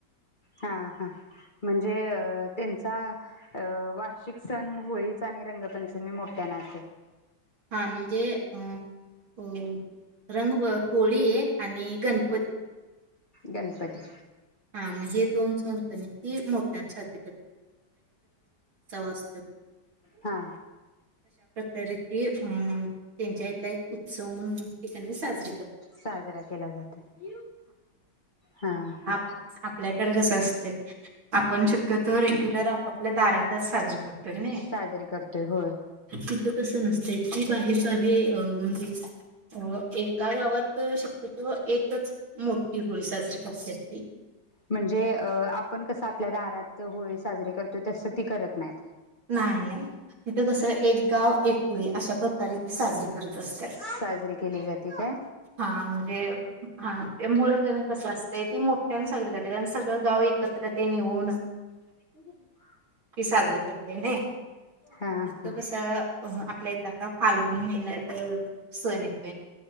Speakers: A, on the left (about 30°); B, on the right (about 85°).
A: हा हा म्हणजे अ त्यांचा अ वार्षिक सण होळीचा आणि रंगपंचमी मोठ्याना अस
B: हा म्हणजे अ वो रंग, होळी आणि गणपती
A: गणपती
B: हा मग हे दोन सण ती मोठ्या साज असतो.
A: हा
B: तर ते अ त्यांच्या हथला एक उत्सव म्हणून ठिकाणी साजरा
A: साजरा केला जातोय हा हा
B: आपल्याकडे कसं असते आपण शक्यतो रेग्युलर आपपल्या दारातच साजरा कर पण नाही
A: साजरी करतोय होय.
B: तिथं तस नसतय बाहेर गावी म्हणजे एका गावात शक्यत एकच मोठी होळी साजरी करत्यात
A: म्हणजे अ आप पण कसं आपल्या दारात होळी साजरी करतोय तसं ती करत नाही
B: नाय नाय तिथं कस एक गाव एक होळी अशा प्रकारे साजरी करत असत
A: साजरी केली जाते काय
B: हा म्हणजे हा मुळ त्याने कस <inaudible> ते मोठ्या साजरी कर सगळं गाव एकत्र तेन येऊन
A: <unintelligible>
B: साजरे करत्यात <unintelligible>
A: हा
B: फक्त
A: हा.
B: कस आपल्या इथं फाल्गुून महिन्यात सण येत